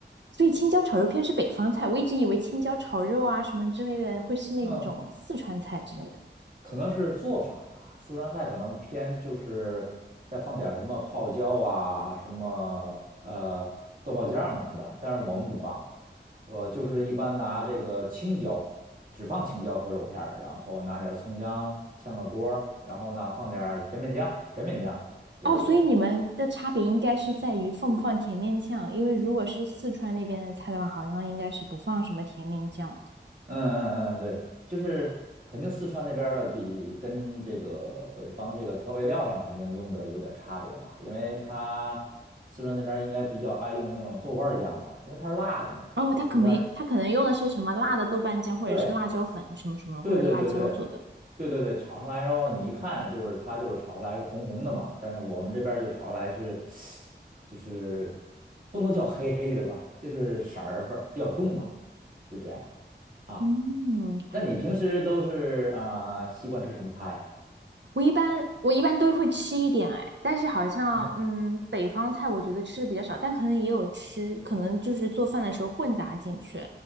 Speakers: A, on the right; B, on the right.
A: 所以青椒炒肉片是北方菜，我一直以为青椒炒肉啊什么之类的会是那种四川菜之类的。
B: 嗯可能是做法吧，四川菜可能偏就是再放点儿什么泡椒啊，什么呃豆瓣酱什么的，但是我们不放，我就是一般拿这个青椒，只放青椒和肉片儿然后拿点儿葱姜炝个锅儿然后呢放点儿甜面酱，甜面酱，对对对。
A: 哦，所以你们的差别应该是在于放不放甜面酱，因为如果是四川那边的菜的话，好像应该是不放什么甜面酱的。
B: 嗯嗯嗯，对，就是肯定四川那边儿的比跟这个北方这个调味料上肯定用的有点儿差别吧，因为它四川那边儿应该比较爱用那种豆瓣儿酱吧，因为它是辣的嘛。
A: 哦，
B: 它四川人
A: 他可能他可能用的是什么辣的豆瓣酱，或者是辣椒粉什么什么，
B: 对对对对对
A: 或者辣椒做的。
B: 对对对，炒上来之后你一看就是它就是炒出来是红红的嘛，但是我们这边儿就炒出来是就是不能叫黑黑的吧，就是色儿味儿比较重吧，就这样。啊。
A: 嗯，
B: 那你平时都是啊、呃习惯吃什么菜呀、
A: 我一般我一般都会吃一点哎，但是好像嗯，
B: 嗯，
A: 北方菜我觉得吃的比较少，但可能也有吃，可能就是做饭的时候混杂进去。